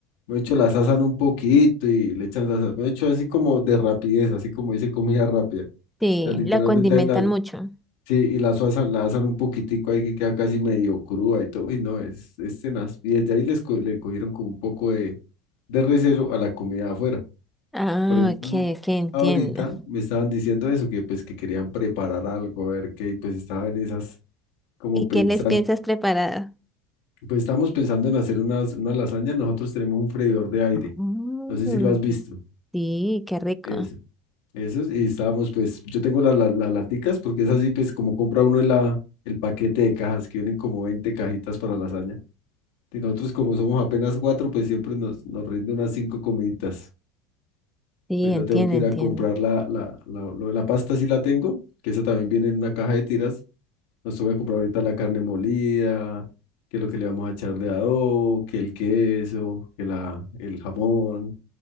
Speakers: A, on the left (about 70°); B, in the centre.
A: de hecho, las asan un poquito y le echan las, de hecho, así como de rapidez, así como dice comida rápida.
B: sí,
A: O sea, literalmente
B: la condimentan
A: ahí las,
B: mucho.
A: sí, y las asan, la asan un poquitico ahí que queda casi medio cruda y todo, y no, es, es tenaz. Y desde ahí les co- le cogieron como un poco de, de recelo a la comida de afuera.
B: Ah,
A: Por ejemplo,
B: ok, que entiendo.
A: ahorita me estaban diciendo eso, que pues que querían preparar algo, a ver qué, y pues estaba en esas como
B: ¿Y
A: pensando.
B: qué les piensas preparar?
A: Pues estamos pensando en hacer unas, una lasaña. Nosotros tenemos un freidor de aire.
B: Mm,
A: No sé si lo has visto.
B: sí, qué rico.
A: Eso. Eso. Y estábamos, pues, yo tengo la- la- las laticas porque es así, pues, como compra uno la, el paquete de cajas que vienen como 20 cajitas para lasaña. Y nosotros, como somos apenas cuatro, pues siempre nos, nos rinde unas cinco comiditas.
B: Sí,
A: Ahorita
B: entiendo,
A: tengo que
B: entiendo.
A: ir a comprar la, la, la- lo de la pasta, sí la tengo, que esa también viene en una caja de tiras. Nos toca comprar ahorita la carne molida, que lo que le vamos a echar de adobo, que el queso, que la, el jamón.